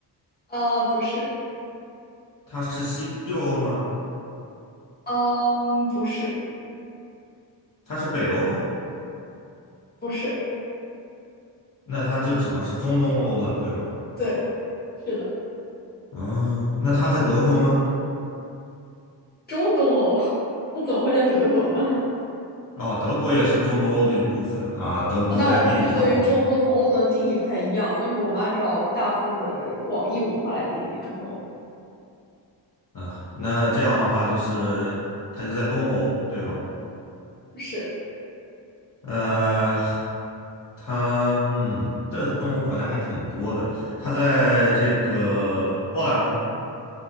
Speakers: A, on the left; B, on the left.
A: 呃，不是，
B: 它是西欧吗？
A: 嗯，不是，
B: 它是北欧吗？
A: 不是，
B: 那它就只能是中东欧了，对吗？
A: 对，是的，
B: 嗯，那它在德国吗？
A: 中东欧，<laughs> 它怎么会在德国呢？
B: 哦，德国也是中东欧的一部分啊。德国在地理上，
A: 那我们可能对于中东欧的定义不太一样，
B: 我们
A: 就是我们按照大部分的广义文化来定义中东欧。
B: 啊，那这样的话就是它就在东欧，对吧？
A: 是，
B: 呃，它嗯，这东欧国家还挺多的。它在这个波兰吗？